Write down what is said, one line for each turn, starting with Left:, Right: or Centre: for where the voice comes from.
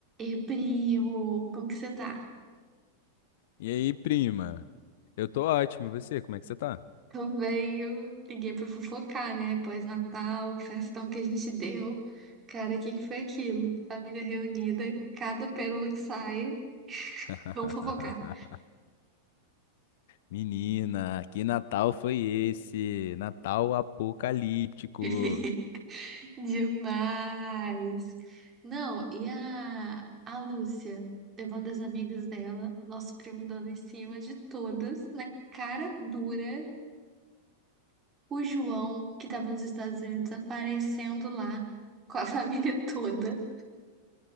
Right: E primo, como que você tá?
Left: E aí, prima? Eu tô ótimo, e você? Como é que você tá?
Right: Tô bem, eu liguei pra fofocar, né? Pós-Natal, festão que a gente deu. Cara, o que que foi aquilo? Família reunida, cada pérola que sai,
Left: <laughs>
Right: vamos fofocar.
Left: Menina, que Natal foi esse? Natal apocalíptico.
Right: <laughs> Demais! Não, e a, a Lúcia, levando as amigas dela, nosso primo dando em cima de todas, na cara dura. O João, que tava nos Estados Unidos, aparecendo lá com a <laughs> família toda.